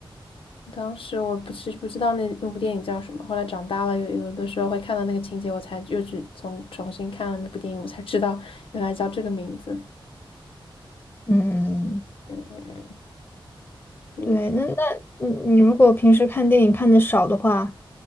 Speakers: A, on the left; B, on the left.
A: 当时我不其实不知道那那部电影叫什么，后来长大了有有的时候会看到那个情节，我才又去重重新看了那部电影，我才知道原来叫这个名字。
B: 嗯，
A: 嗯，嗯嗯，比如说，
B: 对，那那你你如果平时看电影看的少的话，